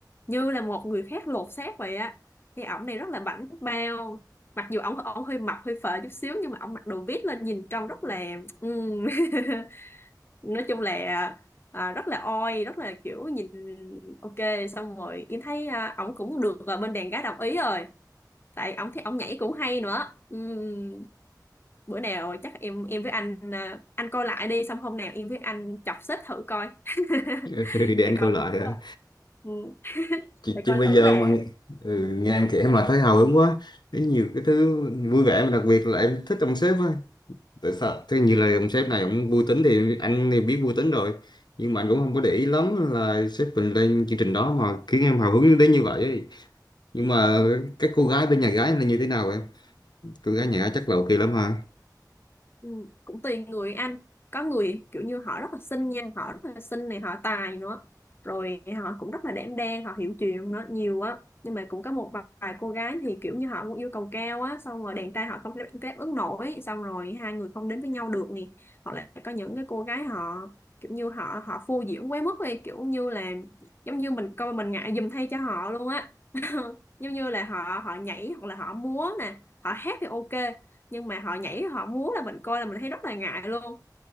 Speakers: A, on the left; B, on the left.
A: như là một người khác lột xác vậy á thì ổng này rất là bảnh bao mặc dù ổng ổng hơi mập hơi phệ chút xíu nhưng mà ổng mặc đồ vít lên nhìn trông rất là ừm, <laughs> nói chung là à, rất là oi rất là kiểu nhìn ok xong rồi em thấy à, ổng cũng được à, bên đàn gái đồng ý rồi tại ổng thấy ổng nhảy cũng hay nữa Ừm, bữa nào chắc em em với anh à, anh coi lại đi xong hôm nào em với anh chọc xếp thử coi
B: <laughs>
A: <laughs>
B: Ừ, để
A: để
B: anh
A: coi
B: coi lại
A: thử à,
B: hả?
A: ừ,
B: chứ,
A: để
B: chứ
A: coi
B: bây
A: thử
B: giờ
A: là
B: mà nghe- ừ, nghe em
A: ổng
B: kể mà
A: sao.
B: thấy hào hứng quá Thấy nhiều cái thứ vui vẻ mà đặc biệt là em thích ông sếp á tại sao thế như là ông sếp này ông vui tính thì anh thì biết vui tính rồi nhưng mà anh cũng không có để ý lắm là sếp mình lên chương trình đó mà khiến em hào hứng đến như vậy ấy. nhưng mà
A: Ừ.
B: các cô gái bên nhà gái là như thế nào em cô gái nhà gái chắc là ok lắm ha
A: Ừ, cũng tùy người anh có người kiểu như họ rất là xinh nha họ rất là xinh này họ tài nữa rồi họ cũng rất là đảm đang họ hiểu chuyện nữa nhiều á nhưng mà cũng có một vài cô gái thì kiểu như họ cũng yêu cầu cao á xong rồi đàn trai họ không đáp, đáp ứng nổi xong rồi hai người không đến với nhau được nè hoặc là có những cái cô gái họ kiểu như họ họ phô diễn quá mức đi kiểu như là giống như mình coi mình ngại giùm thay cho họ luôn á <laughs> giống như là họ họ nhảy hoặc là họ múa nè họ hát thì ok nhưng mà họ nhảy họ múa là mình coi là mình thấy rất là ngại luôn